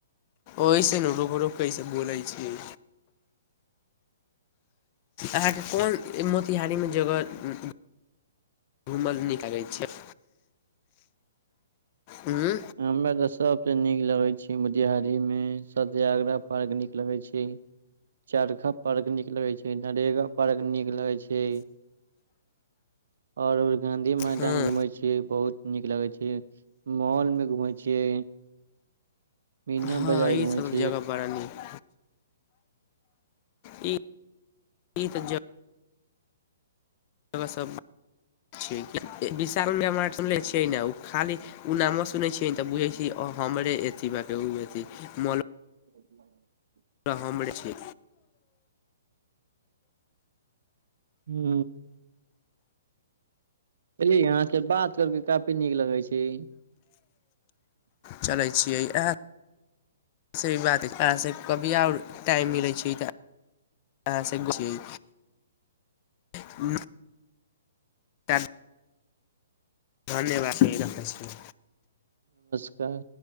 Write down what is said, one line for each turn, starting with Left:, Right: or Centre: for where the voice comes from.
Left: ओऐसे नु रुक रुक के इ सब बोलैय छियै अहाँके कोन मोतिहारीमे जगह घूमल निकलै छै उंम्म
Right: हमे तऽ सब सबसे नीक लगै छै मोतिहारी मे सत्यागरा पार्क नीक लगैय छै चरखा पार्क नीक लगै छै नरेगा पार्क नीक लगै छै और उ गाँधी मैदान
Left: हँ
Right: घूमै छियै बहुत नीक लगै छै मॉल में घुमे छियै मीना
Left: हँ
Right: बाजार घुमे
Left: ई सब
Right: छी
Left: जगह बड़ा नीक ई ई त ज गह सब छियै विशाल मेगा मार्ट सुनले छियै न ओ खाली ओ नामो सुने छै तऽ बुझै छियै हमरे एथि बा के ओमे अथि मॉल
Right: <inaudible>
Left: त हमरे छै
Right: हू चलियै अहाँके बात करके काफी नीक लगै छै
Left: चलै छियै अहां सँ भी बात अहाँसँ कभी आओर टाइम मिलै छै तऽ अहां से पुछियै ह चार धन्यवाद छी रखै छी
Right: त